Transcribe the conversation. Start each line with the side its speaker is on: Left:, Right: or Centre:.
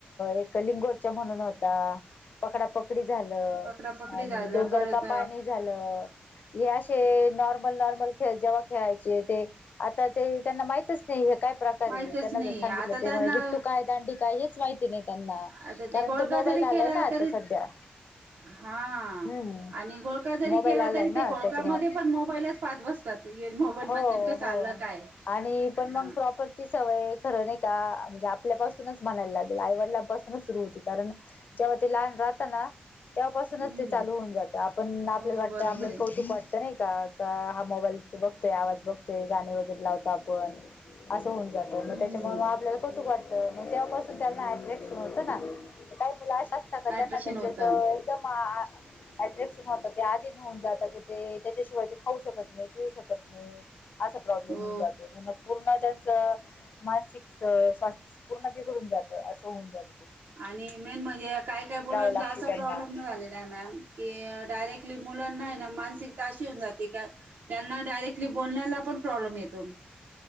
Left: एक लिंगोर्च्या म्हणून होता पकडापकड कडी झालं
Right: पकडा पकडी
Left: आणि
Right: झालं
Left: डोंगर
Right: परत
Left: का पाणी झालं. हे असे नॉर्मल, नॉर्मल जेव्हा खेळायचे ते आता ते त्यांना माहितच नाही. काय प्रकारे
Right: माहितच
Left: त्यांना
Right: नाही
Left: जर सांगितलं
Right: आता
Left: त्यामुळे
Right: त्यांना
Left: विटू काय दांडी काय हेच माहित नाही त्यांना
Right: आता
Left: कारण
Right: ते गोळका
Left: तो मोबाईल
Right: जरी
Left: आलाय
Right: केला
Left: ना आता
Right: तरी
Left: सध्या.
Right: हा
Left: हम्म
Right: आणि गोळका जरी
Left: मोबाईल
Right: केला
Left: आलाय
Right: तरी ते
Left: ना
Right: गोळकामध्ये
Left: त्याच्यामुळे
Right: पण मोबाईलच पात बसतात. मोबाईल
Left: हो
Right: मध्ये नेमकं चाललं
Left: हो
Right: काय
Left: आणि पण मग
Right: हा
Left: प्रॉपरटी. सवय खर नाही का म्हणजे, आपल्यापासूनच म्हणायला लागेल आईवडलांपासूनच सुरु होती कारण जे ते लहान राहतना! तेव्हा पासूनच
Right: हम्म
Left: ते चालू होऊन जातं आपण आपल्याला
Right: हो
Left: वाटत
Right: बरोबर
Left: आपल्याला
Right: आहे
Left: कौतुक वाटतं नाही, हा मोबाईल बघतोय आवाज बघतोय गाणी वगैरे लावतो आपण. होन जात मग
Right: हम्म
Left: त्याच्यामुळे मग आपल्याला कौुक वाटतं. मग तेव्हापासून त्यांना अट्रॅशन होत ना काही मुलाशी असत का
Right: अट्रॅक्शन
Left: त्यांना त्याच्यात
Right: होत
Left: एकदम अट्रॅक्शन होतं ते आधी नेऊन जात क ते त्याच्याशिवाय ते खाऊ शकत नाही पिऊ शकत असा प्रॉब्लेम
Right: हो
Left: होऊन जातो म्हण पूर्ण त्यांच मानसिक स्वास्थ्य पूर्ण बिघडून जातं असं होऊन जातो.
Right: आणि मेन म्हणजे काय काय मुलांचा
Left: लागते
Right: असा
Left: त्यांना
Right: प्रॉब्लेम न झालेला आहे मॅम की डायरेक्टली मुलांना नाही ना मानसिक ताशी होऊन जात. त्यांना डायरेक्टली बोलण्याला पण प्रॉब्लेम येतो.